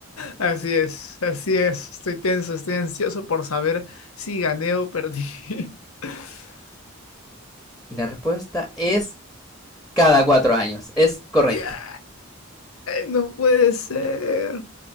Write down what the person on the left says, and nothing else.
Así es, así es. Estoy tenso, estoy ansioso por saber si gané o perdí. <laughs>
¡Yeah! No puede ser.